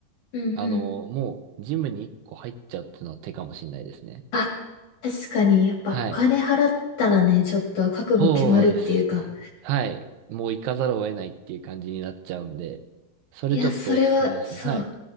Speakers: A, on the left; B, on the right.
A: うんうん。
B: あの、もう、ジムに一個入っちゃうっていうのは手かもしれないですね。
A: あ、確かに、やっぱお金払ったらね、
B: はい。
A: ちょっと覚悟決まるっていうか。
B: そうですね。はい。もう行かざるを得ないっていう感じになっちゃうんで、それちょっとおすすめですね。
A: いや、それは、そう。
B: はい。